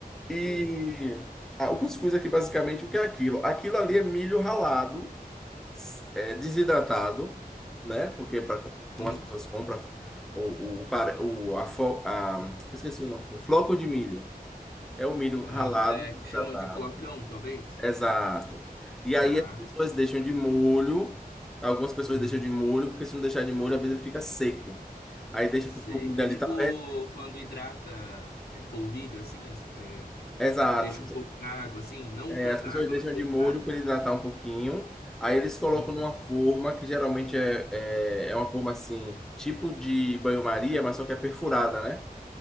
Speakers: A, in the centre; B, on the left.
A: E
B: sei.
A: ah, o cuscuz aqui, basicamente, o que é aquilo? Aquilo ali é milho ralado, s- é, desidratado, né? Porque pra, como
B: Uhum.
A: as pessoas compram o, o, fare- o, a, fo- a- eu esqueci o nome, floco de milho. É o milho
B: Ah,
A: ralado,
B: é,
A: desidratado.
B: que chamam de flocão, talvez?
A: Exato. E aí
B: Tá.
A: as pessoas deixam de molho, algumas pessoas
B: Uhum.
A: deixam de molho, porque se não deixar de molho, às vezes ele fica seco. Aí deixa
B: Sei.
A: porque o molho
B: É
A: ali
B: tipo
A: tá perto.
B: quando hidrata é, polvilho, assim, é, é,
A: Exato.
B: deixa
A: As pessoas
B: um pouco na água, assim. Não
A: é,
B: tanta
A: as pessoas
B: água,
A: deixam
B: mas deixa
A: de molho
B: na água.
A: para ele hidratar um pouquinho. Aí eles colocam
B: Uhum.
A: numa forma que geralmente é, é, é uma forma assim, tipo de banho-maria, mas só que é perfurada, né?